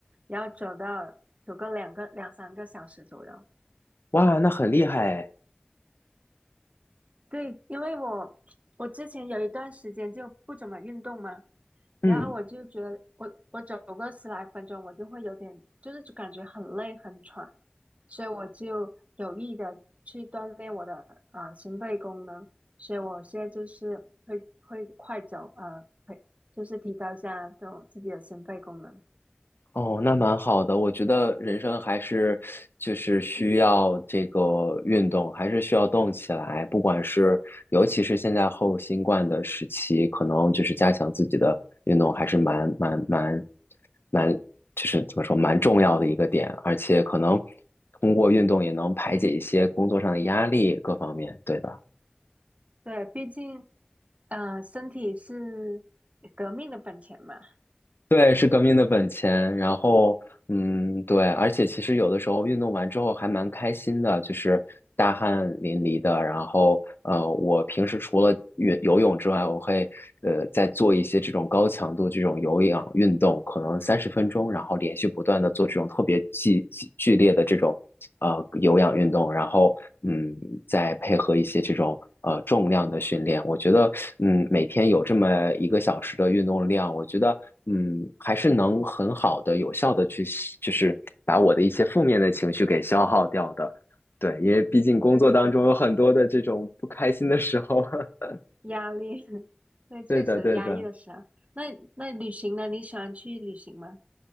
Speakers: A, on the right; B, on the left.
A: 然后走到走个两个两三个小时左右。
B: 哇，那很厉害哎
A: 对，因为我我之前有一段时间就不怎么运动嘛，
B: 嗯。
A: 然后我就觉得我我走个十来分钟，我就会有点就是感觉很累很喘，所以我就有意的去锻炼我的啊、呃心肺功能，所以我现在就是会会快走，啊，会就是提高一下这种自己的心肺功能。
B: 哦，那蛮好的。我觉得人生还是就是需要这个运动，
A: <clears throat>
B: 还是需要动起来。不管是尤其是现在后新冠的时期，可能就是加强自己的运动还是蛮蛮蛮蛮，就是怎么说蛮重要的一个点。而且可能通过运动也能排解一些工作上的压力，各方面。对的。
A: 对，毕竟呃身体是革命的本钱嘛。
B: 对，是革命的本钱。
A: <coughs>
B: 然后，嗯，对，而且其实有的时候运动完之后还蛮开心的，就是大汗淋漓的。然后，呃，我平时除了游游泳之外，我会呃再做一些这种高强度这种有氧运动，可能三十分钟，然后连续不断的做这种特别激激剧烈的这种。呃有氧运动，然后嗯再配合一些这种呃重量的训练，我觉得嗯每天有这么一个小时的运动量，我觉得嗯还是能很好的有效的去就是把我的一些负面的情绪给消耗掉的。对，因为毕竟工作当中有很多的这种不开心的时候。
A: <clears throat> 对对对。<clears throat>
B: <laughs>
A: 压力，<laughs> 对，确实压抑的时候。
B: 对的，对的。
A: 那那旅行呢？你喜欢去旅行吗？